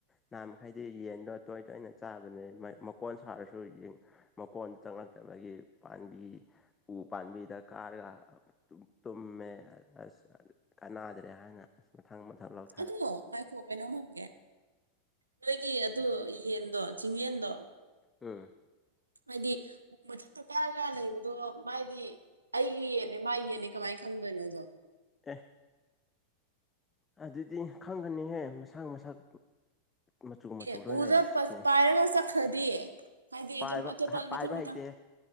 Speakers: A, on the left; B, on the right.
A: ꯅꯍꯥꯟ ꯃꯈꯩꯗꯤ ꯌꯦꯟꯗꯣ ꯇꯣꯏ ꯇꯣꯏꯅ ꯆꯥꯕꯅꯦ ꯃꯥꯏ ꯃꯀꯣꯟ ꯁꯥꯔꯁꯨ ꯌꯦꯟ ꯃꯀꯣꯟ ꯆꯪꯂꯛꯇꯕꯒꯤ ꯄꯥꯟꯕꯤ ꯎ ꯄꯥꯝꯕꯤꯗ ꯀꯥꯔꯒ ꯇꯨꯝꯃꯦ ꯑꯁ ꯀꯅꯗ꯭ꯔꯦ ꯍꯥꯏꯅ ꯑꯁ ꯃꯊꯪ ꯃꯊꯪ ꯂꯧꯊꯣꯛ
B: ꯑꯗꯣ ꯉꯥꯏꯈꯣ ꯀꯩꯅꯣꯝ ꯍꯪꯒꯦ ꯅꯣꯏꯒꯤ ꯑꯗꯨ ꯌꯦꯟꯗꯣ ꯆꯤꯡꯌꯦꯟꯗꯣ
A: ꯎꯝ
B: ꯍꯥꯏꯗꯤ ꯎ ꯃꯊꯛꯇ ꯀꯥꯔꯒ ꯂꯩꯕꯗꯣ ꯃꯥꯏꯗꯤ ꯑꯩꯒꯤ ꯌꯦꯟꯅꯤ ꯃꯥꯒꯤ ꯌꯦꯟꯅꯤ ꯀꯃꯥꯏ ꯈꯪꯗꯣꯏꯅꯣ ꯑꯗꫭ
A: ꯑꯦ ꯑꯗꯨꯗꯤ ꯈꯪꯒꯅꯤꯍꯦ ꯃꯁꯥꯡ ꯃꯁꯛ ꯃꯆꯨ ꯃꯆꯨ
B: ꯑꯦ
A: ꯂꯣꯏ
B: ꯎꯗ
A: ꯂꯩꯔꯤꯁꯤꯗꯤ
B: ꯄꯁ ꯄꯥꯏꯔꯒ ꯆꯠꯈꯔꯗꯤ ꯍꯥꯏꯗꯤ
A: ꯄꯥꯏꯕ
B: ꯑꯗꯨꯝ ꯑꯇꯣꯞꯄ
A: ꯄꯥꯏꯕ
B: ꯃꯊꯪ ꯃꯊꯪ
A: ꯍꯩꯇꯦ